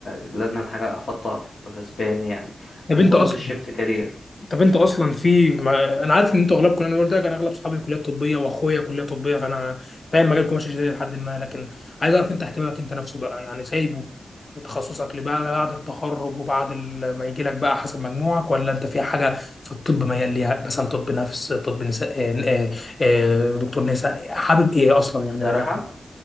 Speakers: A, on the left; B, on the left.
A: لازم حاجه احطها في حسباني يعني
B: طب
A: وبرضو
B: انت اصلا
A: الشيفت كارير
B: طب انت اصلا في ما... انا عارف ان انتوا اغلبكم انا قلت لك انا اغلب صحابي كليات طبيه واخويا كليه طبيه فانا فاهم مجالكم ماشي ازاي لحد ما لكن عايز اعرف انت اهتمامك انت نفسه بقى يعني سايبه تخصصك لبقى بعد التخرج وبعد ال- ما يجي لك بقى حسب مجموعك ولا انت في حاجه في الطب ميال ليها مثلا طب نفس طب نساء آه، آه، آه، دكتور نساء حابب ايه اصلا يعني
A: صراحه
B: لا.